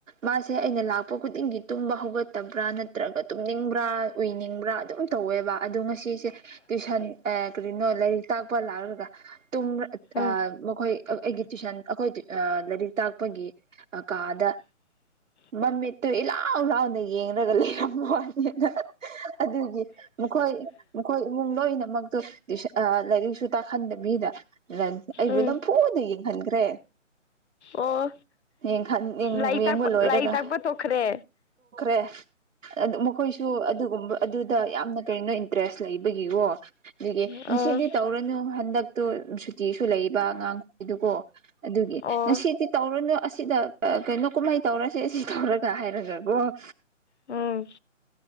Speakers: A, on the right; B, on the left.
A: ꯃꯥꯁꯦ ꯁꯦ ꯑꯩꯅ ꯂꯥꯛꯄ ꯈꯨꯗꯤꯡꯒꯤ ꯇꯨꯝꯕ ꯍꯧꯒꯠꯇꯕ꯭ꯔꯥ ꯅꯠꯇ꯭ꯔꯒ ꯇꯨꯝꯅꯤꯡꯕ꯭ꯔꯥ ꯎꯏꯅꯤꯡꯕ꯭ꯔꯥ ꯑꯗꯨꯝ ꯇꯧꯋꯦꯕ ꯑꯗꯣ ꯉꯁꯤꯁꯦ ꯇꯨꯁꯟ ꯑꯦ ꯀꯔꯤꯅꯣ ꯂꯥꯏꯔꯤꯛ ꯇꯥꯛꯄ ꯂꯥꯛꯂꯒ ꯇꯨꯕꯔ
B: ꯎꯝ
A: ꯑꯥ ꯃꯈꯣꯏ ꯑꯩ ꯑꯩꯒꯤ ꯇꯨꯏꯁꯟ ꯑꯩꯈꯣꯏ ꯇꯨꯏ ꯑ ꯂꯥꯏꯔꯤꯛ ꯇꯥꯛꯄꯒꯤ ꯑ ꯀꯥꯗ
B: <unintelligible>
A: ꯃꯃꯤꯠꯇꯨ ꯏ ꯂꯥꯎ ꯂꯥꯎꯅ ꯌꯦꯡꯂꯡꯒ ꯂꯩꯔꯝꯃ ꯋꯥꯅꯤꯗ ꯑꯗꯨꯒꯤ ꯈꯣꯏ ꯃꯈꯣꯏ ꯏꯃꯨꯡ ꯂꯣꯏꯅꯃꯛꯇꯨ ꯇꯨꯏꯁꯥ ꯑꯥ ꯂꯥꯏꯔꯤꯛꯁꯨ ꯇꯥꯛꯍꯟꯗꯕꯤꯗ ꯂꯥꯟ ꯑꯩ
B: ꯎꯝ
A: ꯕꯨ ꯅ ꯐꯨꯗ ꯌꯦꯡꯍꯟꯈ꯭ꯔꯦ
B: ꯑꯣ
A: ꯌꯦꯡꯍꯟ
B: ꯂꯥꯏ
A: ꯌꯦꯡꯕ
B: ꯇꯥꯛꯄ
A: ꯂꯣꯏꯔꯒ
B: ꯂꯥꯏꯔꯤꯛ ꯇꯥꯛꯄ ꯇꯣꯛꯈ꯭ꯔꯦ
A: <unintelligible> ꯃꯈꯣꯏꯁꯨ ꯑꯗꯨꯒꯨꯝꯕ ꯑꯗꯨꯗ ꯌꯥꯝꯅ ꯀꯔꯤꯅꯣ ꯏꯟꯇꯔꯦꯁ ꯂꯩꯕꯒꯤꯀꯣ ꯑꯗꯨꯒꯤ
B: ꯑꯣ
A: ꯁꯤꯗꯤ ꯇꯧꯔꯅꯨ ꯍꯟꯗꯛꯇꯨ ꯁꯨꯇꯤꯁꯨ ꯂꯩꯕ ꯑꯉꯥꯡꯈꯩꯗꯨꯀꯣ ꯑꯗꯨꯒꯤ
B: ꯑꯣ
A: ꯉꯁꯤꯗꯤ ꯇꯧꯔꯨꯅꯨ ꯑꯁꯤꯗ ꯀꯩꯅꯣ ꯀꯨꯝꯍꯩ ꯇꯧꯔꯁꯦ ꯁꯤ ꯇꯧꯔꯒ ꯍꯥꯏꯔꯒꯀꯣ
B: ꯎꯝ